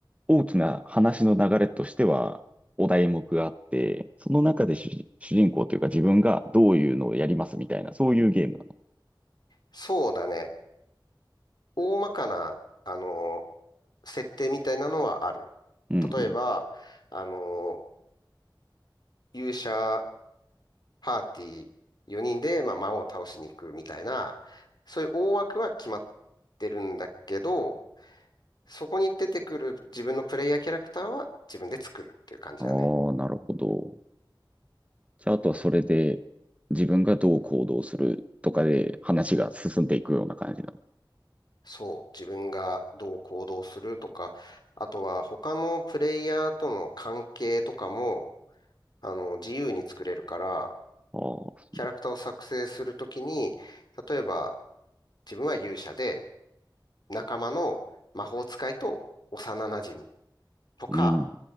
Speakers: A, on the right (about 15°); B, on the left (about 60°).
A: 大きな話の流れとしては、お題目があって、その中で主人主人公というか自分がどういうのをやりますみたいな、そういうゲームなの。
B: そうだね。大まかな、あの、設定みたいなのはある。
A: うん
B: 例えば、あの、勇者パーティー4人で、まあ、魔王を倒しに行くみたいな、そういう大枠は決まってるんだけど、そこに出てくる自分のプレイヤーキャラクターは自分で作るっていう感じだね。
A: うん。ああ、なるほど。じゃあ、あとはそれで自分がどう行動するとかで話が進んでいくような感じな
B: そう、自分がどう行動するとか、あとは他のプレイヤーとの関係とかも、あの、自由に作れるから、
A: の。ああ
B: キャラクターを作成するときに、例えば自分は勇者で、仲間の魔法使いと幼馴染とか、
A: うん。